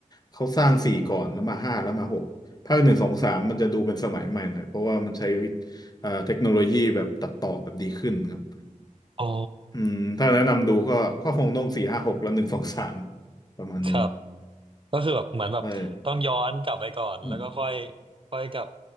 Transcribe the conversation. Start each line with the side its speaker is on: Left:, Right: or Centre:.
Left: เขาสร้างสี่ก่อนแล้วมาห้าแล้วมาหกภาคหนึ่งสองสามมันจะดูเป็นสมัยใหม่หน่อยเพราะว่ามันใช้วิทย์เอ่อเทคโนโลยีแบบตัดต่อแบบดีขึ้นครับ
Right: อ๋อ
Left: อืมถ้าแนะนำดูก็ก็คงต้องสี่ห้าหกแล้วหนึ่งสองสามประมาณนี้
Right: ครับก็คือแบบเหมือนแบบต้องย้อนกลับไปก่อนแล้วก็ค่อย
Left: ใช่อืม
Right: ค่อยกลับ